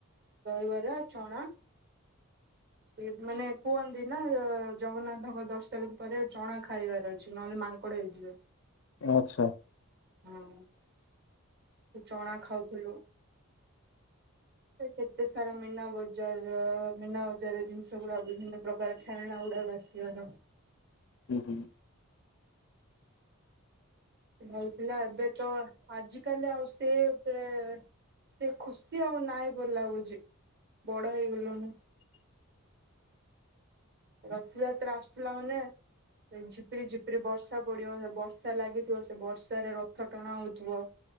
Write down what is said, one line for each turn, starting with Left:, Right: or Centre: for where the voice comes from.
Right: ଦହିବାର ଚଣା ସେ ମାନେ କୁହନ୍ତି ନା ଜଗନ୍ନାଥଙ୍କ ଦର୍ଶନ ପରେ ଚଣା ଖାଇବାର ଅଛି ନହେଲେ ମା <unintelligible> ହେଇଯିବେ
Left: ଆଚ୍ଛା।
Right: ହଁ <inaudible> ଚଣା ଖାଉଥିଲୁ। ସେ କେତେ ସାରା ମୀନା ବୋଜାର ମିନା ବଜାର ଜିନିଷ ଗୁଡା ବିଭିନ୍ନ ପ୍ରକାର ଖେଳଣା ଗୁଡାକ ଆସିବାର
Left: ହୁଁ ହୁଁ।
Right: ଭଲଥିଲା ଏବେ ତ ଆଜି କାଲି ଆଉ ସେ ପୁରା ସେ ଖୁସି ଆଉ ନହିଁ ବୋଲିଲ ଲାଗୁଛି ବଡ ହେଇଗଲଣି । ରଥଯାତ୍ରା ଆସୁଥିଲା ମାନେ ସେ ଝିପରି ଝିପରି ବର୍ଷା ପଡିବ ବର୍ଷା ଲାଗିଥିବ ସେ ବର୍ଷାରେ ରଥ ଟଣା ହଉଥିବ।